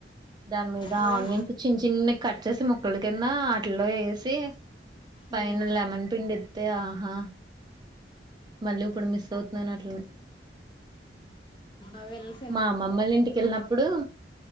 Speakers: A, on the right; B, on the left.
A: దాని మీద
B: మళ్ళీ
A: ఆనియన్స్ చిన్న చిన్న కట్ చేసి ముక్కల కింద వాటిల్లో వేసి పైన
B: మ్మ్.
A: లెమన్ పిండిత్తే, ఆహా! మళ్ళీ ఇప్పుడు మిస్ అవుతున్నా వాటిని.
B: అవెల్లా
A: మా అమ్మమ్మోల్లింటికెళ్ళి నప్పుడు